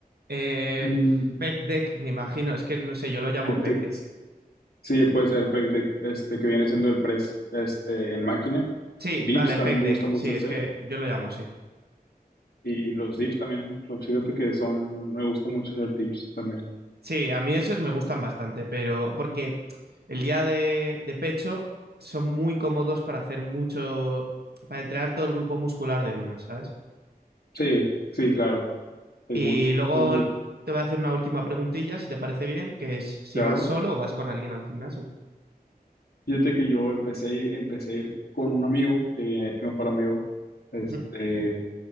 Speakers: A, on the right; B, on the left.
A: Eh,
B: mm,
A: pec deck, me imagino. Es que no sé, yo lo llamo
B: pec
A: pec
B: deck.
A: deck.
B: Sí, puede ser pec deck, este, que viene siendo el press, este, en máquina.
A: Sí,
B: Dips
A: vale, el
B: también
A: pec
B: me
A: deck.
B: gusta mucho
A: Sí, es
B: hacer,
A: que yo lo llamo así.
B: y los dips también, pues, fíjate que son, me gusta mucho hacer dips también.
A: Sí, a mí esos me gustan bastante, pero porque el día de, de pecho son muy cómodos para hacer mucho, para entrenar todo el grupo muscular de una, ¿sabes?
B: Sí, sí, claro, es
A: Y
B: mucho,
A: luego
B: es muy
A: te voy a hacer una última preguntilla, si te parece bien, que es si
B: claro.
A: vas solo o vas con alguien al gimnasio.
B: Fíjate que yo empecé, a ir- empecé a ir con un amigo, que es mi mejor amigo, este,
A: Ujú,